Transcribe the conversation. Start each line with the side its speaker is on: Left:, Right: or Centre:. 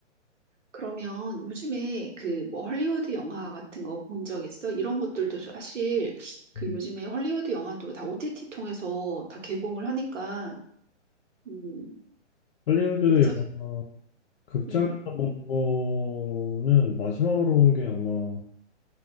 Right: 그러면 요즘에 그 뭐 헐리우드 영화 같은 거 본 적 있어? 이런 것들도 사실 그
Left: 음.
Right: 요즘에 헐리우드 영화도 다 OTT 통해서 다 개봉을 하니까 음,
Left: 할리우드
Right: 극장,
Left: 영화 극장에서
Right: 음.
Left: 본 거는 마지막으로 본 게 아마